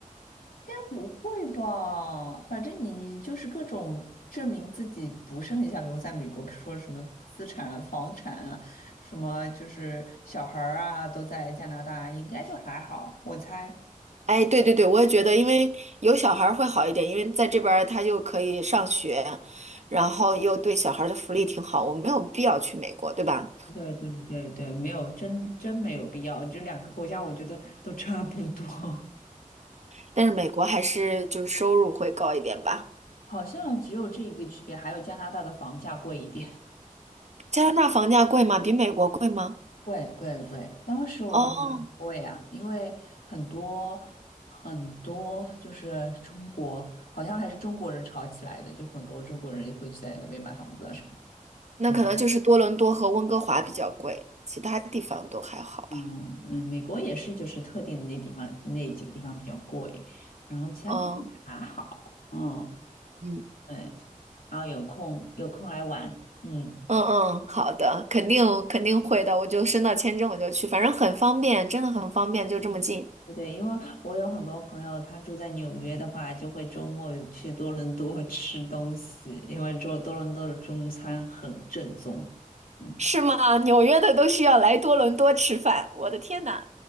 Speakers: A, on the left; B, on the right.
A: 该不会吧？反正你就是各种证明自己不是很想留在美国，比如说什么资产啊房产啊，什么就是小孩儿啊都在加拿大，应该就还好，我猜。
B: 哎，对对对，我也觉得，因为有小孩儿会好一点，因为在这边儿他就可以上学，然后又对小孩儿的福利挺好，我没有必要去美国，对吧？
A: 对对对对，没有，真真没有必要。这两个国家我觉得都差不多，<laughs>
B: 但是美国还是就是收入会高一点吧。
A: 好像只有这一个区别，还有加拿大的房价贵一点。
B: 加拿大房价贵吗？比美国贵吗？
A: 贵贵贵，当时我就觉得很贵呀、
B: 哦，
A: 因为很多很多就是中国，好像还是中国人炒起来的，就很多中国人就会去在那边买房子啊什么的。
B: 那可能就是多伦多和温哥华比较贵，
A: 嗯
B: 其他地方都还好吧。
A: 嗯嗯，美国也是，就是特定的那地方那几个地方比较贵，然后其他地方也还好。
B: 嗯
A: 嗯，
B: 嗯，
A: 对，然后有空有空来玩，嗯。
B: 嗯嗯，好的，肯定肯定会的，我就申到签证我就去，反正很方便，真的很方便，就这么近。
A: 对对，因为我有很多朋友，他住在纽约的话，就会周末去多伦多吃东西，因为做多伦多的中餐很正宗。嗯
B: 是吗？纽约的都需要来多伦多吃饭，我的天呐！